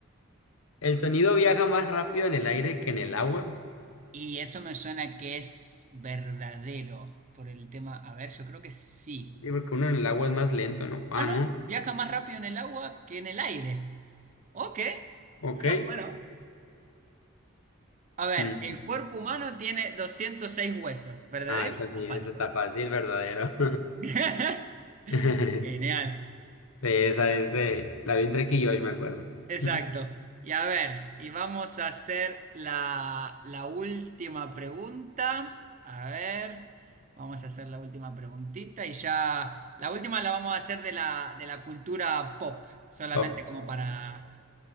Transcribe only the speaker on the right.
Y eso me suena que es verdadero por el tema. A ver, yo creo que sí.
Ah, no,
viaja más rápido en el agua que en el aire. Ok.
Mirá, bueno. A ver,
el cuerpo humano tiene 206 huesos, ¿verdadero
o falso?
<laughs>
Genial,
exacto.
Y a ver, y vamos a hacer la, la última pregunta. A ver, vamos a hacer la última preguntita y ya la última la vamos a hacer de la, de la cultura pop, solamente
como para,